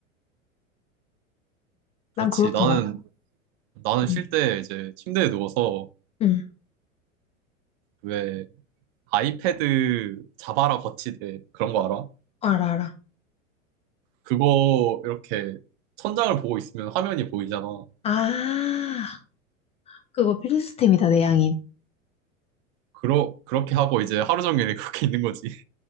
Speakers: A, on the left (about 15°); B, on the right (about 45°).
A: 난
B: 그렇지.
A: 그렇더라.
B: 나는 나는 쉴
A: 응.
B: 때 이제 침대에 누워서
A: 응,
B: 왜 아이패드 자바라 거치대 그런 거 알아?
A: 어, 알아, 알아.
B: 그거 이렇게 천장을 보고 있으면 화면이 보이잖아.
A: 아, 그거 필수템이다, 내 양인.
B: 그러, 그렇게 하고 이제 하루 종일 <laughs> 그렇게 있는 거지.